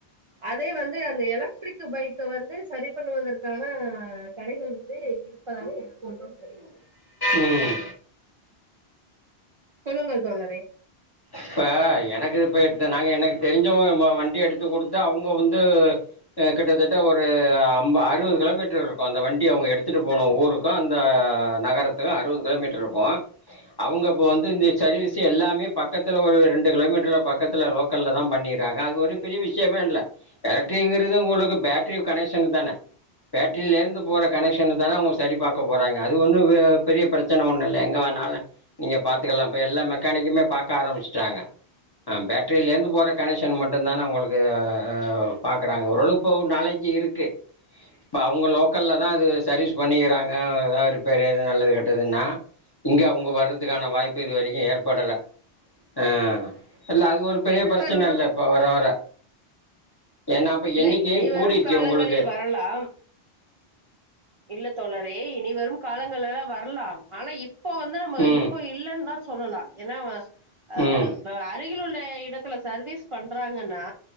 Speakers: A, on the right (about 50°); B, on the left (about 30°).
A: அதே வந்து அந்த எலக்ட்ரிக் பைக்க வந்து சரி பண்ணுவதற்கான கடைகள் வந்து இருப்பதாக எனக்கொன்றும் தெரியவில்லை
B: ம்
A: சொல்லுங்கள் தோழரே
B: இப்ப எனக்கு இப்ப நாங்க எனக்கு தெரிஞ்சவுங்க வண்டி எடுத்து குடுத்து அவுங்க வந்து ஆ கிட்டத்தட்ட ஒரு ஐம்ப அறுவது கிலோமீட்டர் இருக் இப்ப அந்த வண்டி அவுங்க எடுத்துட்டு போன ஊருக்கு நகரத்துக்கு அறுவது கிலோமீட்டர் இருக்கு அவுங்க இப்போ வந்து
A: சரி,
B: இந்த சர்வீஸ்சு எல்லாமே பக்கத்துல ஒரு ரெண்டு கிலோ மீட்டர்ல பக்கத்துல லோக்கல்ல தா பண்ணிறாங்க அது ஒரு பெரிய விஷயமே இல்ல எலக்ட்ரி இங்கறது உங்களுக்கு பேட்டரியு கனெக்ஷன் தானே பேட்ரில இருந்து போற கனெக்ஷன் தானே அவுங்க சரி பாக்க போறாங்க அது ஒன்னு பெரிய பிரச் பிரச்சன ஒண்ணு இல்ல எங்க வேணாலு நீங்க பாத்துக்கலா இப்ப எல்லா மெக்கானிக்குமே பாக்க ஆரம்பிச்சுட்டாங்க ஆ பேட்ரிலருந்து போற கனெக்ஷன் மட்டு தானே அவுங்களுக்கு ப பாக்குறாங்க ஓரளவு இப்போ நாலே ஜ் இருக்கு இப்ப அவுங்க லோக்கல் தா அது சர்வீஸ் பண்ணிக்கிறாங்க ஏதாவது ரிப்பேரு எது நல்லது கெட்டதுன்னா இங்க அவுங்க வர்றதுக்கான வாய்ப்பு இது வரைக்கு ஏற்படல ஆ இல்ல அது ஒரு பெரிய
A: ரிப்பேர்னா
B: பிரச்சன இல்ல இப்ப வர வர ஏன்னா அப்ப
A: இல்ல
B: எண்ணிக்கையும்
A: இனி
B: கூடிடுச்சு
A: வரும் காலங்களில்
B: உங்களுக்கு
A: வரலாம் இல்ல தோழரே இனி வரும் காலங்கள்ல்லாம் வரலாம் ஆனா இப் போ வந்து நம்ம
B: ம்
A: இப்போ இல்லன்னு தான் சொல்லலாம் ஏன்னா அ
B: ம்
A: அருகில் உள்ள எடத்துல சர்வீஸ் பண்றாங்கன்னா